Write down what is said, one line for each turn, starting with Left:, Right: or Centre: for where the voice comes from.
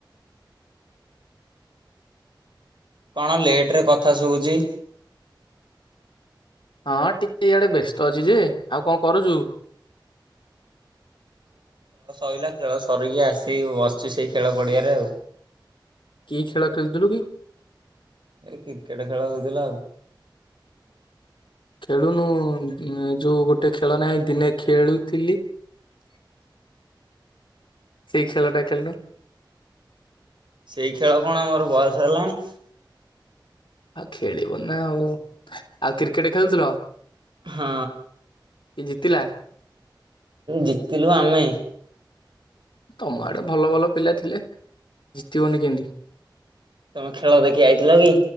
Right: କଣ ଲେଟ ରେ କଥା ଶୁଭୁଛି?
Left: ହଁ ଟିକେ ଇଆଡେ ବ୍ୟସ୍ତ ଅଛି ଯେ ଆଉ କଣ କରୁଚୁ?
Right: <unintelligible> ଖେଳ ସରିଲା ଖେଳ ସରିକି ଆସି ବସିଛି ସେଇ ଖେଳ ପଡିଆରେ ଆଉ।
Left: କି ଖେଳ ଖେଳୁ ଥିଲୁ କି?
Right: ଏ କ୍ରିକେଟ ଖେଳ ହଉଥିଲା ଆଉ।
Left: ଖେଳୁନୁ ଉଁ ଯୋଉ ଗୋଟେ ଖେଳ ନାହିଁ ଦିନେ ଖେଳୁଥିଲି
Right: <inaudible>
Left: ସେଇ ଖେଳ ଟା ଖେଳିନୁ।
Right: ସେଇ ଖେଳ କଣ ମୋର ବୟସ ହେଲାଣି।
Left: ଆଉ ଖେଳିବ ନା ଆଉ ଆଉ କ୍ରିକେଟ ଖେଳୁଥିଲ?
Right: ହଁ।
Left: କି ଜିତିଲା?
Right: ଜିତିଲୁ ଆମେ।
Left: ତମ ଆଡେ ଭଲ ଭଲ ପିଲା ଥିଲେ ଜିତିବନି କେମିତି।
Right: ତମେ ଖେଳ ଦେଖି ଆଇଥିଲ କି?